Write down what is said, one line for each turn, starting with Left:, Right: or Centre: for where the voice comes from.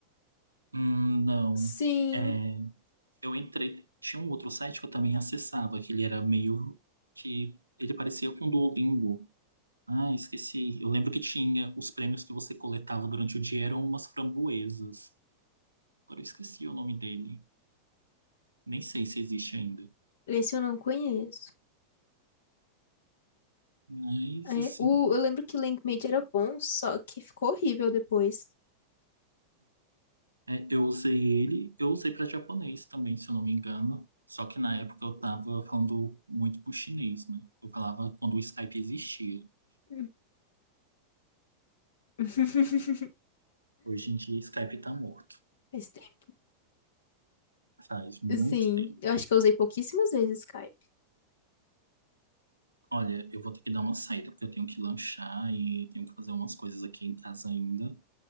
Right: Hum, não.
Left: Sim,
Right: É, Eu entrei, tinha um outro site que eu também acessava, que ele era meio que ele parecia com o Duolingo. Ah, esqueci. Eu lembro que tinha os prêmios que você coletava durante o dia eram umas framboesas. Agora eu esqueci o nome dele. Nem sei se existe ainda.
Left: esse eu não conheço.
Right: Mas
Left: É,
Right: assim,
Left: o, eu lembro que Linkmate era bom, só que ficou horrível depois.
Right: é, eu usei ele, eu usei para japonês também, se eu não me engano. Só que na época eu tava falando muito pro chinês, né? Eu falava quando o Skype existia.
Left: Hum. <laughs>
Right: Hoje em dia, Skype tá morto.
Left: Faz tempo.
Right: Faz muito
Left: Sim,
Right: tempo.
Left: eu acho que eu usei pouquíssimas vezes Skype.
Right: Olha, eu vou ter que dar uma saída porque eu tenho que lanchar e tenho que fazer umas coisas aqui em casa ainda.